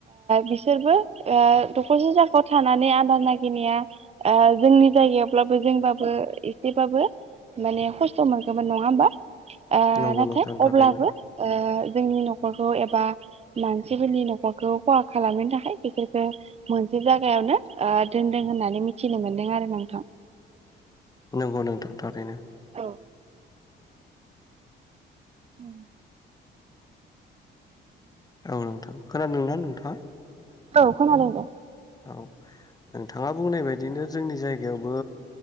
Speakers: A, on the right (about 30°); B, on the left (about 20°).
A: बिसोरबो दखरसे जाखायाव थानानै आदार नागिरनाया जोंनि जायगायावब्लाबो जोंबाबो एसेबाबो माने खस्थ' मोनगौमोन नङा होमबा
B: नंगौ
A: नाथाय
B: नोंथां थारैनो
A: अब्लाबो जोंनि न'खरखौ एबा मानसिफोरनि न'खरखौ खहा खालामनो थाखाय बिसोरसो। मोनसे जायगायावनो दोनदों होननानै मिथिनो मोनदों आरो नोंथां।
B: नंगौ नोंथां थारैनो
A: औ औ
B: औ नोंथां खोनादोंना नोंथाङा
A: औ खोनादों दे
B: औ नोंथाङा बुंनाय बायदिनो जोंनि जायगायावबो